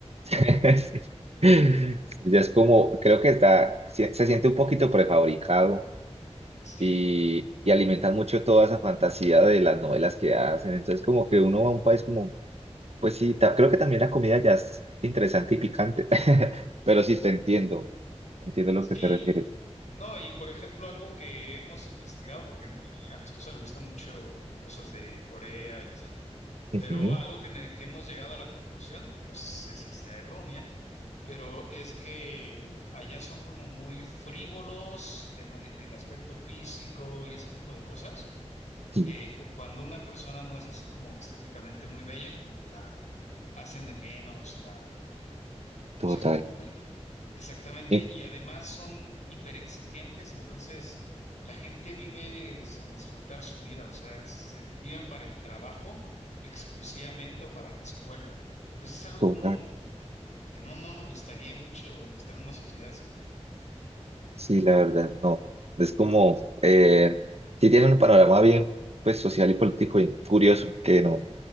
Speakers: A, on the right; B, on the left.
A: Sí. Sí, Ya es como, creo que está, se se siente un poquito prefabricado
B: Sí,
A: y, y alimentan mucho toda esa fantasía de las novelas que hacen. Entonces, como que uno va a un país como, pues sí, ta- creo que también la comida ya es interesante y picante, <laughs> pero sí te entiendo, entiendo a
B: sí,
A: lo que te refieres.
B: No, y por ejemplo, algo que hemos investigado, porque a mi- a mi esposa le gustan mucho cosas de Corea y así, pero
A: Ujú,
B: algo que, ne- que hemos llegado a la conclusión, no sé si sea errónea, pero es que allá son como muy frívolos de ma- en el aspecto físico y ese tipo de cosas.
A: Sí,
B: Eh, cu- cuando una persona no es así como estéticamente muy bella, como que la hacen de menos, la, o
A: total,
B: sea, como Exactamente,
A: eh,
B: y además son hiperexigentes, entonces la gente vive sin disfrutar su vida, o sea, se- viven para el trabajo exclusivamente o para la escuela. Entonces es algo
A: total,
B: como que no, no me gustaría mucho estar en una sociedad así.
A: sí, la verdad, no. Es como, eh, sí tienen un panorama bien, pues social y político y curioso, que no,